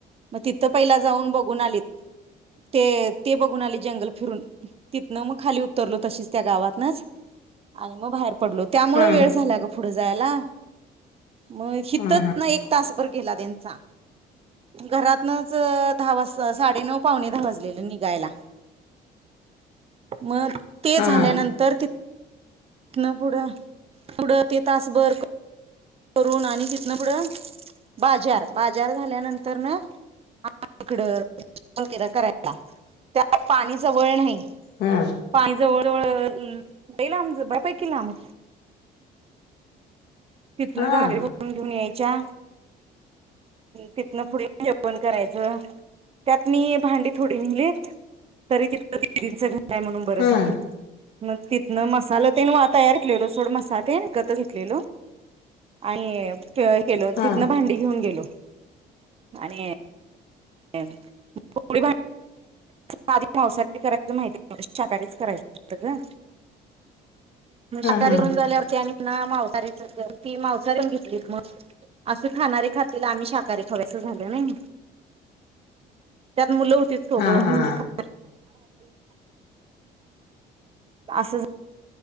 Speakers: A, on the right; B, on the left.
A: मग तिथं पहिला जाऊन बघून आलीत. ते ते बघून आली जंगल फिरून तिथनं मग खाली उतरलो तशीच त्या गावातनच आणि मग बाहेर पडलो त्यामुळे
B: हा
A: वेळ झाल्या पुढे जायला मग हितच
B: हा
A: ना एक तास र गेला त्यांचा घरातनच दहा वाजता साडेनऊ- पावणे दहा वाजलेलं निघायला मग ते
B: हा
A: झाल्यानंतर न पुढं पुढं ते तासभर करून आणि तिथन पुढं बाजार बाजार झाल्यानंतर ना इकड तिकड करायला त्यात पाणी जवळ नाही
B: हा
A: पाणी जवळजवळ लय लांब बऱ्यापैकी लांब तिथन
B: हा
A: झारे भरून घेऊन यायचं. चा तिथनं पुढ जेवण करायचं त्यात मी भांडी थोडी नेलीत, तरी तिथ दिदीच घर काय म्हणून बरं
B: हा हा
A: झालं मग तिथनं मसाल तेण वा तयार केलेलो सोड मसा ते गत घेतलेलो आणि केलं
B: हा
A: तिथं भांडी घेऊन गेलो आणि <inaudible> पावसा करायचं माहिती शाकाारीच करायचं असत ग मग
B: हा
A: शाकाहारी
B: हा
A: होऊन झाल्यावर आणि ते पुन्हा आणि मांसाहारीच ती मांसाारी पण घेतलीत मग असं खाणारे खातली आम्ही शाकाहारी खावयचं झाल नय मुल होती सोबत
B: हा हा
A: म्हणजे <inaudible> असं